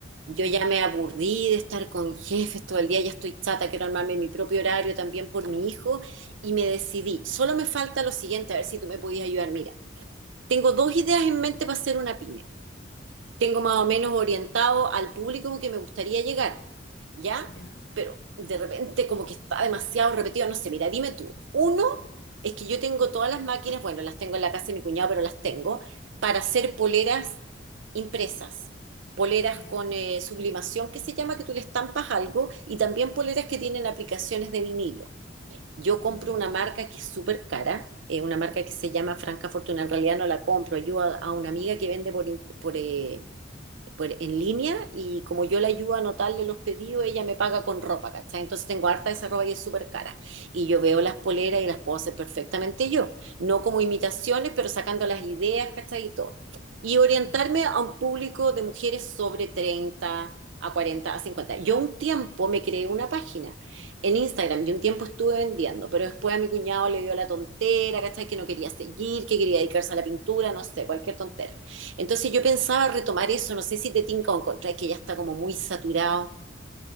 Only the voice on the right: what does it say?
Yo ya
me aburrí de estar con jefes todo el día, ya estoy chata, quiero armarme mi propio horario también por mi hijo y me decidí. Solo me falta lo siguiente, a ver si tú me podías ayudar. Mira, tengo dos ideas en mente para hacer una pyme. tengo más o menos orientado al público que me gustaría llegar, ¿ya?
Pero de repente como que está demasiado repetido, no sé, mira, dime tú, uno es que yo tengo todas las máquinas, bueno, las tengo en la casa de mi cuñado, pero las tengo, para hacer poleras impresas. Poleras
con eh, sublimación, que se llama que tú le estampas algo, y también poleras que tienen aplicaciones de vinilo. Yo compro
una marca que es súper cara, eh, una marca que se llama Franca Fortuna. En realidad no la compro, yo a, a una amiga que vende por, in- por, eh, por- en línea y como yo le ayudo a anotarle los pedidos, ella me paga con ropa, ¿cachai? Entonces tengo harta de esa ropa y es súper cara. Y yo veo las poleras y las puedo hacer perfectamente yo, no como imitaciones, pero sacando las ideas, ¿cachai? Y todo. Y orientarme
a un público de mujeres sobre 30. a 40, a 50. Yo un tiempo me creé una página en Instagram y un tiempo estuve vendiendo, pero después a mi cuñado le dio la tontera, ¿cachai? Que no quería seguir, que quería dedicarse a la pintura, no sé, cualquier tontera. Entonces yo pensaba retomar eso, no sé si te tinca o encontráis que ya está como muy saturado.